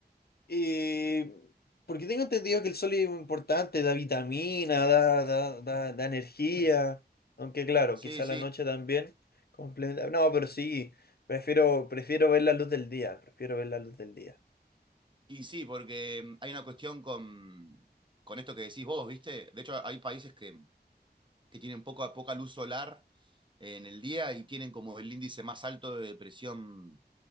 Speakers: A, on the left; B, on the right.
A: eh, porque tengo entendido que el sol es muy importante, da vitamina, da, da, da, da energía. Aunque claro,
B: Sí,
A: quizá
B: sí.
A: la noche también complementa. No, pero sí, prefiero, prefiero ver la luz del día. Prefiero ver la luz del día.
B: Y sí, porque mm, hay una cuestión con, con esto que decís vos, ¿viste? De hecho, hay países que, que tienen poca, poca luz solar eh, en el día y tienen como el índice más alto de depresión